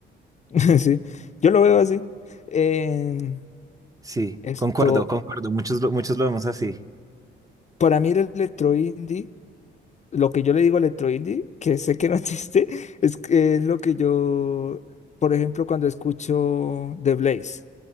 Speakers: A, on the left; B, on the right.
A: <laughs> sí, yo lo veo así. Em,
B: Sí,
A: esto,
B: concuerdo, concuerdo. Muchos, lo- muchos lo vemos así.
A: para mí el electro indie, lo que yo le digo electro indie, que sé que no existe, <laughs> es, que es lo que yo, por ejemplo, cuando escucho The Blaze.